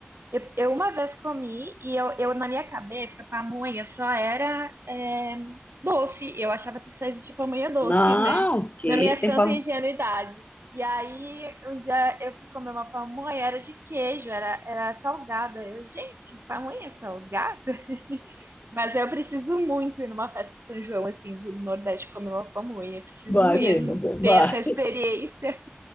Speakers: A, on the right (about 70°); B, on the left (about 40°).
A: Eu, eu uma vez comi e eu, eu na minha cabeça pamonha só era é, doce. Eu achava que só existia pamonha doce,
B: Não,
A: né?
B: que
A: Na minha santa
B: tem pa...
A: ingenuidade. E aí um dia eu fui comer uma pamonha, era de queijo, era, era salgada. Eu, gente, pamonha salgada? <laughs> Mas eu preciso muito ir numa festa de São João, assim, do Nordeste comer uma pamonha. Eu Preciso
B: Vai
A: mesmo
B: mesmo,
A: ter
B: vai.
A: essa experiência.